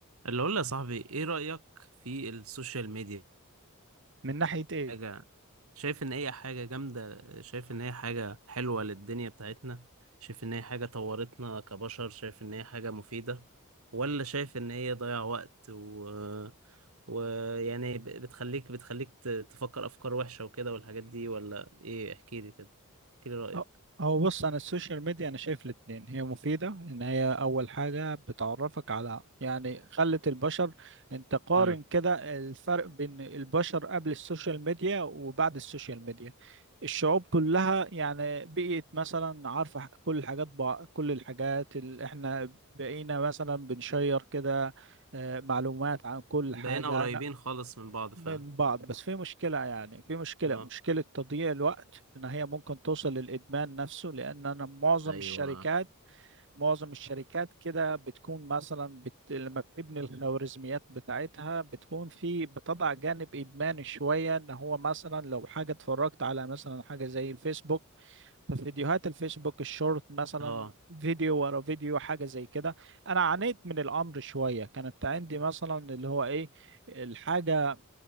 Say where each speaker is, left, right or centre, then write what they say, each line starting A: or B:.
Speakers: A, on the right; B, on the right.
A: اللي اقول يا صاحبي ايه رأيك في السوشيال ميديا
B: من ناحية ايه؟
A: حاجة شايف ان هي حاجة جامدة شايف ان هي حاجة حلوة للدنيا بتاعتنا شايف ان هي حاجة طورتنا كبشر شايف ان هي حاجة مفيدة ولا شايف ان هي ضيع وقت و... ويعني ب- بتخليك بتخليك ت- تفكر افكار وحشة وكده والحاجات دي ولا ايه احكي لي كده احكي لي رأيك
B: أه، هو بص انا السوشيال ميديا انا شايف الاتنين هي مفيدة ان هي اول حاجة بتعرفك على يعني خلت البشر انت قارن
A: امم
B: كده الفرق بين البشر قبل السوشيال ميديا وبعد السوشيال ميديا الشعوب كلها يعني بقيت مثلا عارفة ح- كل الحاجات بع... كل الحاجات اللي احنا بقينا مثلا بنشير كده آه، معلومات عن كل
A: بقينا
B: حاجة
A: قريبين خالص من بعض فعلا
B: من بعض بس في مشكلة يعني في مشكلة
A: اه
B: مشكلة تضييع الوقت إن هي ممكن توصل للإدمان نفسه لأن أنا معظم
A: ايوه
B: الشركات معظم الشركات كده بتكون مثلا بت... لما بتبني الخوارزميات بتاعتها بتكون في بتضع جانب إدماني شوية إن هو مثلا لو حاجة اتفرجت على مثلا حاجة زي الفيسبوك ففيديوهات الفيسبوك الشورت مثلا
A: اه
B: فيديو ورا فيديو حاجة زي كده أنا عانيت من الأمر شوية كانت عندي مثلا اللي هو إيه الحاجة